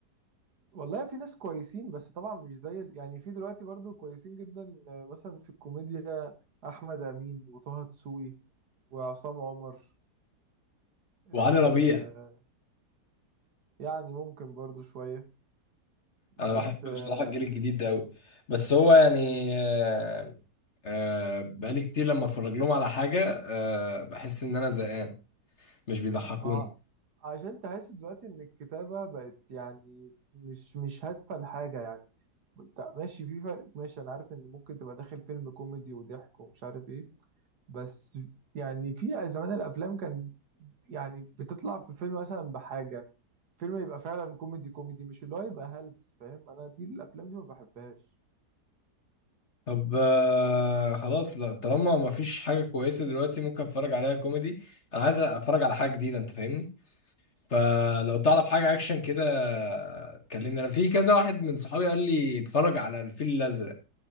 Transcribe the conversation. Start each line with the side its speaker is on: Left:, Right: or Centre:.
Right: والله في ناس كويسين بس طبعا مش زي ال- يعني في دلوقتي برضو كويسين جدا آه مثلا في الكوميديا أحمد أمين وطه دسوقي وعصام عمر آه
Left: وعلي ربيع
Right: يعني ممكن برضو شوية
Left: انا
Right: بس
Left: بحب
Right: آه،
Left: بصراحه الجيل الجديد ده قوي بس هو يعني آه، آه، بقالي كتير لما اتفرج لهم على حاجه آه، بحس ان انا زهقان مش بيضحكوني
Right: ما عشان تحس دلوقتي ان الكتابة بقت يعني مش مش هادفة لحاجة يعني انت ماشي في فرق ماشي انا عارف ان ممكن تبقى داخل فيلم كوميدي وضحك ومش عارف ايه بس يعني في زمان الافلام كان يعني بتطلع في فيلم مثلا بحاجة فيلم يبقى فعلا كوميدي كوميدي مش اللي هو يبقى هلس فاهم انا دي الافلام دي ما بحبهاش
Left: طب آه، خلاص لا طالما ما فيش حاجه كويسه دلوقتي ممكن اتفرج عليها كوميدي انا عايز اتفرج على حاجه جديده انت فاهمني فلو تعرف حاجه اكشن كده آه، كلمني انا في كذا واحد من صحابي قال لي اتفرج على الفيل الازرق